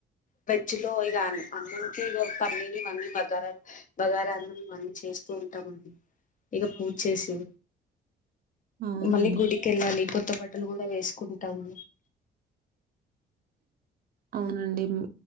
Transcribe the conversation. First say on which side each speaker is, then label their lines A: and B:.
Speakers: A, on the left (about 40°); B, on the right (about 45°).
A: పెచ్చిలో ఇగ <inaudible> ఇగ పన్నీని ఇమన్నీ బగారాలు బాగారా అన్నం మనం చేస్తూ ఉంటామండి ఇగ పూజ చేసి
B: అవునండి
A: మళ్ళీ గుడికెళ్ళాలి కొత్త బట్టలు కూడా వేసుకుంటాము
B: అవునండి మ్